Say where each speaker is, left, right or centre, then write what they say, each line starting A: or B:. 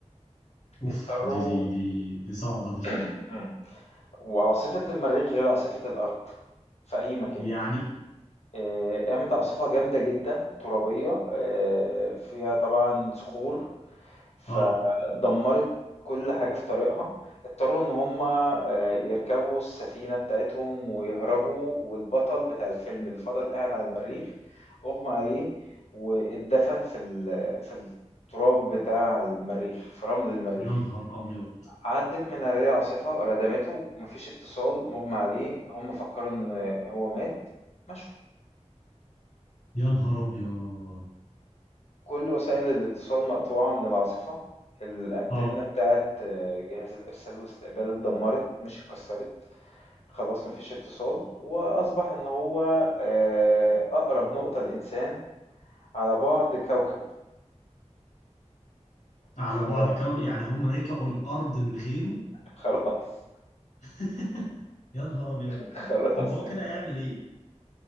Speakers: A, on the left (about 90°); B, on the left (about 60°).
A: اوف
B: اضطروا
A: دي دي دي, دي صعبه دي
B: <clears throat> وعاصفة المريخ غير عاصفة الأرض في أي مكان
A: يعني
B: آآ، قامت عاصفة جامدة جدًا، ترابية، آآ، فيها طبعًا صخور، فدمّرت
A: اه
B: كل حاجة في طريقها، اضطروا إن هُم آآ، يركبوا السفينة بتاعتهم ويهربوا، والبطل بتاع الفيلم اللي فضل قاعد على المريخ أُغمي عليه واتدفن في ال في التراب بتاع المريخ، في رمل المريخ.
A: يا نهار ابيض
B: عدِّت من عليه العاصفة ردمته، ما فيش اتصال، مُغمي عليه، هُم فكّروا إن هو مات، مشوا.
A: يا نهار ابيض
B: كل وسائل الاتصال مقطوعة من العاصفة الأنتنة
A: اه
B: بتاعت آه، جهاز الإرسال والاستقبال اتدمرت مش اتكسرت خلاص مفيش اتصال وأصبح إن هو آه، أقرب نقطة لإنسان على بعد كوكب
A: على
B: فخلاص
A: بعد كوي يعني هم رجعوا الارض من غيره
B: خلاص
A: <laughs> يا نهار ابيض
B: <laughs> خلاص
A: طب هو
B: انت
A: كده هيعمل ايه